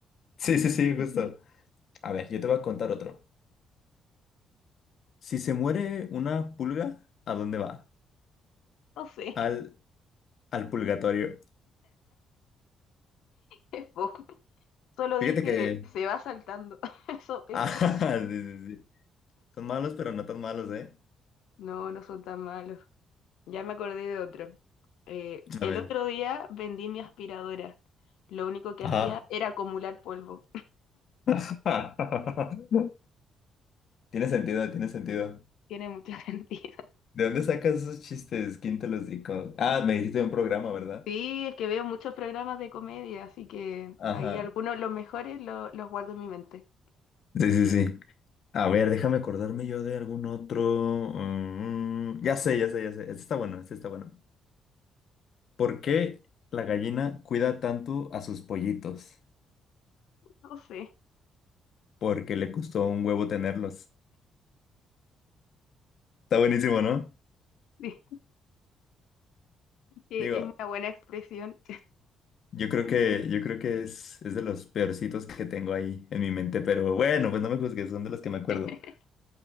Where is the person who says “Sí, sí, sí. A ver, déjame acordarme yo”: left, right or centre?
Left